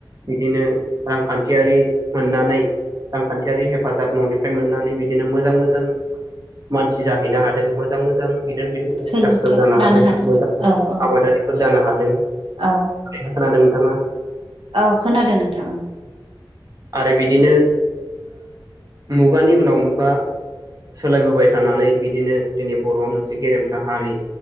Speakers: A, on the right (about 45°); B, on the right (about 75°).
A: बिदिनो रांखान्थियारि मोननानै रांखान्थियारि हेफाजाब न'निफ्राय मोननानै बि बिदिनो मोजां मोजां मानसि जाहैनो हादों मोजां मोजां गिदिर अफिसारफोर
B: सोलोंथाइ
A: जानो
B: लानो
A: हादों मोजां
B: औ औ
A: आबादारिफोर जानो हादों
B: औ
A: खोनादों नोंथाङा
B: औ खोनादों नोंथां औ
A: आरो बिदिनो मुगानि उनाव मु गा सोलायबोबाय थानानै बिदिनो जोंनि बर'आ मोनसे गेरेमसा हारि